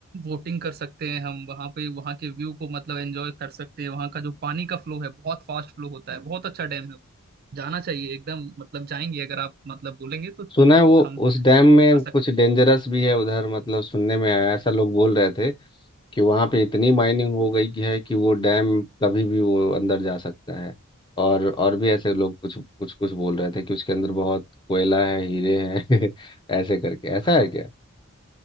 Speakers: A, on the right (about 45°); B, on the left (about 20°).
A: बोटिंग कर सकते हैं हम वहाँ पे वहाँ के व्यू को मतलब एंजॉय कर सकते हैं वहाँ का जो पानी का फ्लो है बहुत फास्ट फ्लो होता है बहुत अच्छा डैम है वो जाना चाहिए एकदम मतलब जाएंगे अगर आप मतलब बोलेंगे तो
B: सुना है वो
A: हम
B: उस डैम
A: साथ
B: में
A: में जा सकते
B: कुछ डेंजरस भी है उधर मतलब सुनने में आया ऐसा लोग बोल रहे थे कि वहाँ पे इतनी माइनिंग हो गई कि है कि वो डैम कभी भी वो अंदर जा सकता है और और भी ऐसे लोग कुछ कुछ कुछ बोल रहे थे कि उसके अंदर बहुत कोयला है हीरे हैं <laughs> ऐसे करके ऐसा
A: हैं
B: है क्या